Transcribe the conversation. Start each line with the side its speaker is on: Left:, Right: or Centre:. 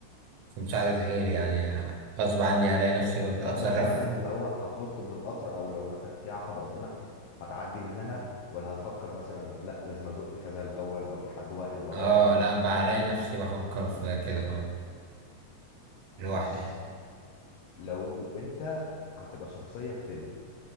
Right: في مساعدة غيري يعني غصب عني هلاقي نفسي ببدأ
Left: لا
Right: اتصرف
Left: بس مثلا لو هو هتنط من القطر او لو مثلا في عقبة قدامك هتعدي منها ولا هتفكر مثلا لا لازم ازق كذا الاول او في حد واحد ورايا
Right: اه
Left: مثلا
Right: لا بقى هلاقي
Left: كتير
Right: نفسي بفكر في كده اه لوحدي
Left: مش
Right: يعني
Left: لو انت هتبقى شخصية في فيلم